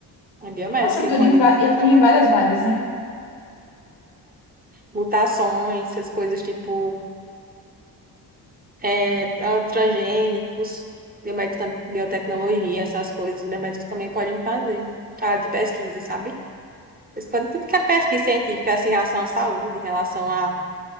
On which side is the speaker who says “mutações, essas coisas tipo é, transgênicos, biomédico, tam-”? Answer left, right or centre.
Right